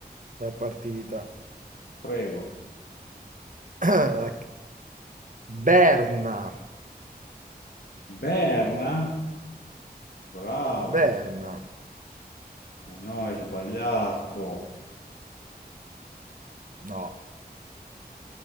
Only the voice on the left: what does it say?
prego.
Berna? Bravo.
Ah, No, hai sbagliato.